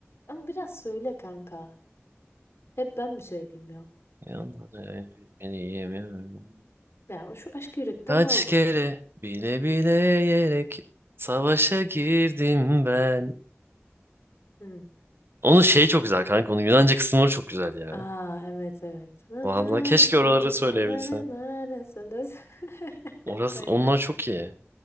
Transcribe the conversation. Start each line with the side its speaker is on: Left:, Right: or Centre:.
Left: Ama biraz söyle kanka. Hep ben mi söyleyeyim ya?
Right: Yanlara eğilmeliyim ya.
Left: Ya o şu aşk yürekten
Right: Kaç
Left: al
Right: kere
Left: bak.
Right: bile bile yerek savaşa girdim ben.
Left: Hı.
Right: Onun şey çok güzel kanka. Onun Yunanca kısımları çok güzel ya.
Left: Aa evet evet. Na
Right: Vallahi
Left: na,
Right: keşke
Left: na,
Right: oraları
Left: na, na,
Right: söyleyebilsem.
Left: na, na, na, na, <laughs>
Right: Orası,
Left: Aynen.
Right: onlar çok iyi.